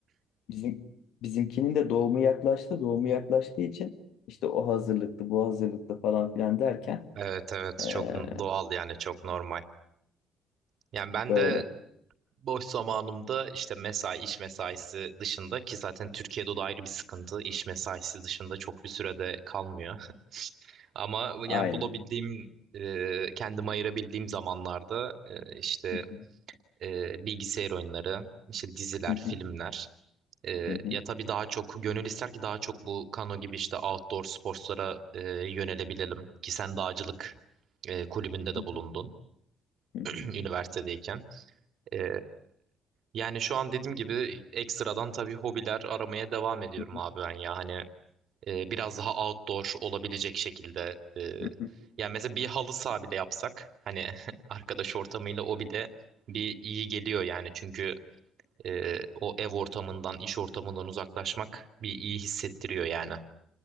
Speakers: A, on the left; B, on the right.
A: bizim bizimkinin de doğumu yaklaştı. Doğumu yaklaştığı için işte o hazırlıklı, bu hazırlıklı falan filan derken
B: Evet evet
A: ee,
B: çok doğal yani çok normal. Yani ben
A: böyle.
B: de Boş zamanımda işte mesai, iş mesaisi dışında ki zaten Türkiye'de o da ayrı bir sıkıntı. İş mesaisi dışında çok bir sürede kalmıyor. <laughs> Ama
A: Aynen.
B: yani bulabildiğim, e, kendime ayırabildiğim zamanlarda e, işte
A: Hı hı,
B: e, bilgisayar oyunları, işte diziler,
A: hı hı,
B: filmler. E,
A: hı hı,
B: ya tabii daha çok gönül ister ki daha çok bu kano gibi işte outdoor sporlara e, yönelebilelim. Ki sen dağcılık e, kulübünde
A: hı
B: de bulundun
A: hı, hı hı,
B: <clears throat> üniversitedeyken. Ee, yani şu an dediğim gibi ekstradan tabii hobiler aramaya devam ediyorum
A: hı hı,
B: abi ben ya. Hani e, biraz daha outdoor olabilecek şekilde. e,
A: hı hı.
B: yani mesela bir halı saha bile yapsak hani <laughs> arkadaş ortamıyla o bile bir iyi geliyor yani. Çünkü e, o ev ortamından, iş ortamından uzaklaşmak bir iyi hissettiriyor yani.